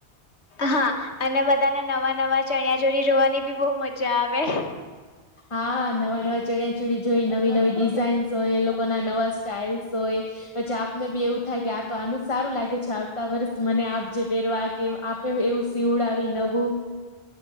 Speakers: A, on the left; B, on the left.
A: હા અને બધાના નવા નવા ચણિયા ચોરી જોવાની બી બહુ મજા આવે
B: હા નવા નવા ચણિયા ચૂડીી જોઈ નવી નવી ડિઝાઇન્સ હોય એ લોકો ના નવા સ્ટાઈઇલ્સ હોય પછી આપને બી એવું થાય કે આ તો આનું સારું લાગે છે આવતા વર્ષ મને આપ જે વરવા કે એવું સીવડ આવી નવું